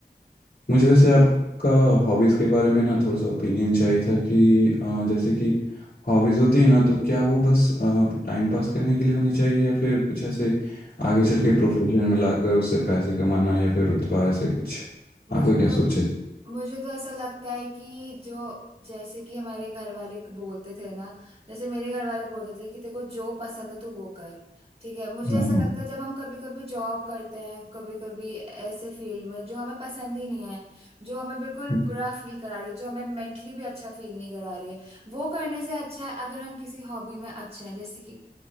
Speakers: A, on the left (about 75°); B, on the right (about 35°).
A: मुझे वैसे आपका हॉबीज़ के बारे में ना थोड़ा सा ओपिनियन चाहिए था कि अ, जैसे कि हॉबीज़ होती है ना तो क्या वो बस टाइम पास करने के लिए होनी चाहिए या फिर कुछ ऐसे आगे चल के प्रोफेशन में लाकर उससे पैसे कमाना या फिर रुतबा ऐसे कुछ
B: मुझे
A: आपका क्या
B: तो
A: सोच है
B: मुझे तो ऐसा लगता है कि जो जैसे कि हमारे घर वाले बोलते थे ना जैसे मेरे घर वाले बोलते थे कि तेरे को जो पसंद है तू वो कर ठीक है मुझे
A: हाँ
B: ऐसा
A: हाँ
B: लगता है जब हम कभी कभी जॉब करते हैं कभी कभी ऐसे फील्ड में जो हमें पसंद ही नहीं है जो हमें बिल्कुल
A: हम्म
B: बुरा फील करा रही है जो हमें मेंटली भी अच्छा फील नहीं करा रही है वो करने से अच्छा है अगर हम किसी हॉबी में अच्छे हैं जैसे कि